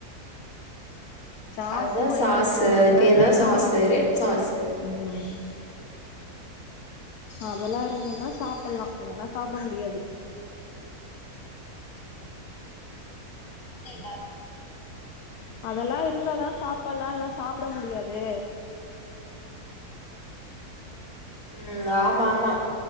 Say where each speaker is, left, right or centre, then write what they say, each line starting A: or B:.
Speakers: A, on the left; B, on the left.
A: சாஸ்ஸு
B: அதுதா
A: மய்னஸ்ஸு
B: சாஸு
A: அப்டில்லா
B: அது பேர்
A: இருந்தன்னா
B: தா சாஸு ரெட் சாஸு
A: ம் அதெல்லாஇருந்தன்னா சாப்பு‌லா‌ இல்லன்னா சாப்ட முடியாது
B: புரில
A: அதெல்லா இருந்தாதா சாப்பட்லா இல்லனா சாப்ட முடியாது
B: ம் ஆமாமா